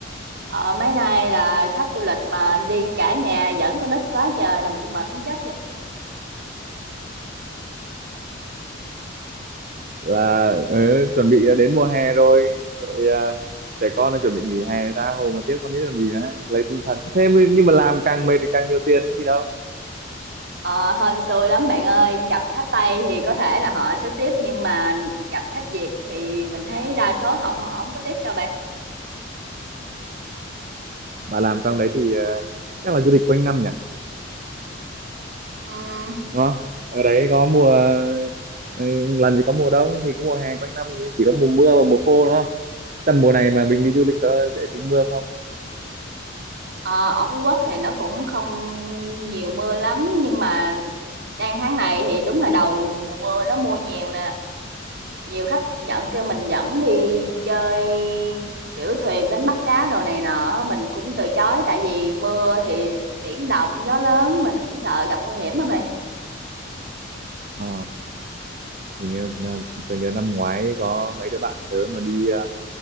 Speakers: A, on the right (about 60°); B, on the right (about 45°).
A: Ờ, mấy nay là khách du lịch mà đi cả nhà dẫn con nít quá trời làm tôi mệt muốn chết vậy.
B: là ừ, chuẩn bị đến mùa hè rồi rồi ờ, trẻ con nó chuẩn bị nghỉ hè tha hồ mà tiếp con nít làm gì á lấy tinh thần thế mới- nhưng mà làm càng mệt thì càng nhiều tiền nữa gì đâu
A: Ờ, hên xui lắm bạn ơi, gặp khách Tây thì có thể là họ sẽ tiếp nhưng mà gặp khách Việt thì mình thấy đa số họ họ không có tiếp đâu bạn.
B: bà làm trong đấy thì ờ, chắc là du lịch quanh năm nhỉ
A: Ừm,
B: đúng không ở đấy có mùa ờ, làm gì có mùa đông thì có mùa hè quanh năm thì chỉ có mùa mưa và mùa khô đúng không tầm mùa này mà mình đi du lịch có dễ dính mưa không
A: ờ, ở Phú Quốc thì nó cũng không nhiều mưa lắm nhưng mà đang tháng này thì đúng là đầu mùa mưa nó mưa nhiều nè. Nhiều khách dẫn kêu mình dẫn đi chơi, kiểu, thuyền đánh bắt cá đồ này nọ mình cũng từ chối tại vì mưa thì biển động, gió lớn, mình cũng sợ gặp nguy hiểm mà mày,
B: Ờ, hình như ờ, tôi nhớ năm ngoái có mấy đứa bạn tớ mà đi ờ,